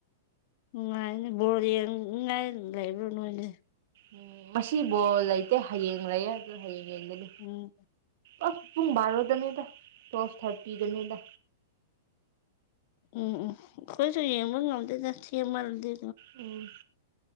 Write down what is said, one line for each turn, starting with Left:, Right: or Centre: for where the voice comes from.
Left: ꯅꯨꯡꯉꯥꯏꯅꯦ ꯕꯣꯔ ꯌꯦꯡꯅꯤꯡꯉꯥꯏ ꯂꯩꯕ꯭ꯔꯣ ꯅꯣꯏꯗꯤ
Right: ꯎꯝ ꯉꯁꯤ ꯕꯣꯜ ꯂꯩꯇꯦ ꯍꯌꯦꯡ ꯂꯩꯌꯦ ꯑꯗꯨ ꯍꯌꯦꯡ ꯌꯦꯡꯒꯅꯤ
Left: ꯎꯝ
Right: ꯑꯁ ꯄꯨꯡ ꯕꯥꯔꯣꯗꯅꯤꯗ ꯇꯨꯋꯦꯜꯞ ꯊꯥꯔꯇꯤꯗꯅꯤꯗ
Left: ꯎꯝ ꯎꯝ ꯑꯩꯈꯣꯏꯁꯨ ꯌꯦꯡꯕ ꯉꯝꯗꯦꯗ ꯊꯦꯡꯃꯜꯗꯤ
Right: ꯑꯝ